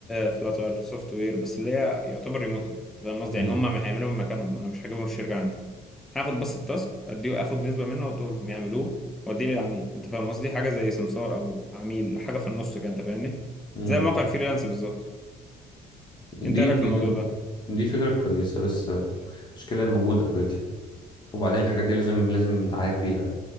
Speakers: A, in the centre; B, on the left (about 25°).
A: فلاتر سوفت وير بس اللي هي يعتبر ريموتلي انت فاهم قصدي
B: امم
A: يعني هم ما هيعملوا من مكانهم انا مش هجيبهم الشركه عندي هاخد بس التاسك اديه اخد نسبه منه واديه لهم يعملوه واديه للعميل انت فاهم قصدي حاجه زي سمسار او عميل حاجه في النص كده انت فاهمني
B: امم
A: زي موقع الفريلانس بالظبط
B: دي
A: انت ايه رايك
B: دي
A: في الموضوع ده
B: دي فكرة كويسة بس المشكلة موجودة اوريدي وبعدين الحاجات دي لازم لازم دعاية كبيرة